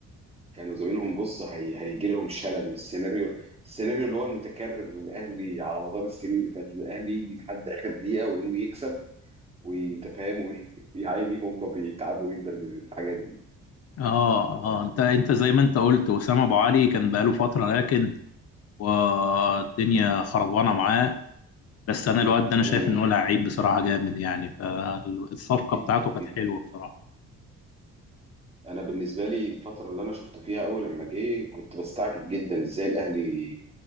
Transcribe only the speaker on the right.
كانوا زمانهم بص هي... هيجي لهم شلل من السيناريو السيناريو اللي هو المتكرر للاهلي على مدار السنين اللي فاتت الاهلي يجي لحد اخر دقيقه ويقوم يكسب وانت فاهم ويا <laughs> عيني هم بيتعبوا جدا من الحاجات دي
امم
جدا
جدا
انا بالنسبه لي الفتره اللي انا شفت فيها اول لما جه كنت بستعجب جدا ازاي الاهلي